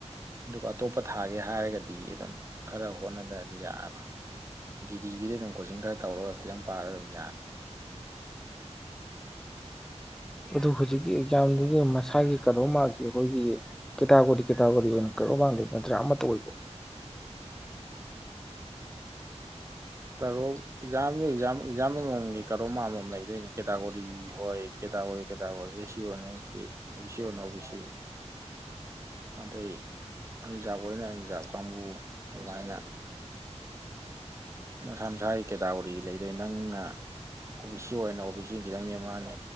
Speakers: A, on the right (about 25°); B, in the centre.
A: ꯑꯗꯨꯒ ꯑꯇꯣꯞꯄ ꯊꯥꯒꯦ ꯍꯥꯏꯔꯒꯗꯤ ꯑꯗꯨꯝ ꯈꯔ ꯍꯣꯠꯅꯗꯗꯤ ꯌꯥꯔ ꯖꯤꯗꯤꯒꯤꯗꯤ ꯑꯗꯨꯝ ꯀꯣꯆꯤꯡ ꯈꯔ ꯇꯧꯔꯒ ꯈꯤꯇꯪ ꯄꯥꯔꯒ ꯑꯗꯨꯝ ꯌꯥꯅꯤ
B: ꯑꯗꯨ ꯍꯧꯖꯤꯛꯀꯤ ꯌꯥꯝꯗꯨꯒꯤ ꯃꯁꯥꯒꯤ ꯀꯩꯅꯣꯝꯃ ꯑꯩꯈꯣꯏꯒꯤ ꯀꯦꯇꯥꯒꯣꯔꯤ ꯀꯦꯇꯥꯒꯣꯔꯤ ꯑꯣꯏꯅ ꯀꯩꯅꯣ ꯃꯥꯡꯗꯣꯏꯕ ꯅꯠꯇ꯭ꯔꯥ ꯑꯃꯠꯇ ꯑꯣꯏꯕ
A: ꯀꯔꯣ ꯑꯦꯛꯖꯥꯝꯗꯨꯥ ꯑꯦꯛꯖꯥꯝ ꯑꯃꯃꯝꯒꯤ ꯀꯔꯣ ꯑꯃꯃꯝ ꯂꯩꯗꯣꯏꯅꯦ ꯀꯦꯇꯥꯒꯣꯔꯤ ꯍꯣꯏ ꯀꯦꯇꯥꯒꯣꯔꯤ ꯀꯦꯇꯥꯒꯣꯔꯤ ꯑꯦ ꯁꯤ ꯑꯣꯏꯅ ꯑꯦ ꯁꯤ ꯑꯣ ꯕꯤ ꯁꯤ ꯑꯣꯏꯅ ꯑꯣ ꯕꯤ ꯁꯤ ꯑꯗꯩ ꯑꯔꯤꯖꯥꯕ ꯑꯣꯏꯅ ꯑꯔꯤꯖꯥꯕ ꯀꯥꯡꯕꯨ ꯑꯗꯨꯃꯥꯏꯅ ꯃꯁꯥ ꯃꯁꯥꯒꯤ ꯀꯦꯇꯥꯒꯣꯔꯤ ꯂꯩꯗꯣꯏ ꯅꯪꯅ ꯑꯣ ꯕꯤ ꯁꯤ ꯑꯣꯏꯅ ꯑꯣ ꯕꯤ ꯁꯤ ꯈꯤꯇꯪ ꯅꯦꯝꯃꯅꯤ